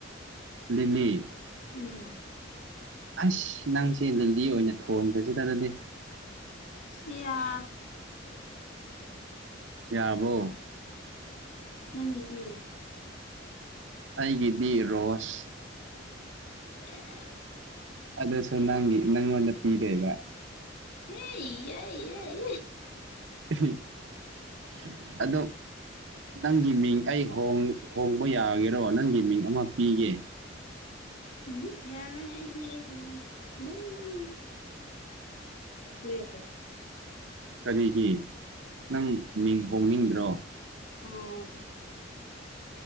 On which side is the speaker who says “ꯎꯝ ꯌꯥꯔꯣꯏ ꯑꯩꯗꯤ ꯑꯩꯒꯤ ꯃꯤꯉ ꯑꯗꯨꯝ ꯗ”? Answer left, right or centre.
Left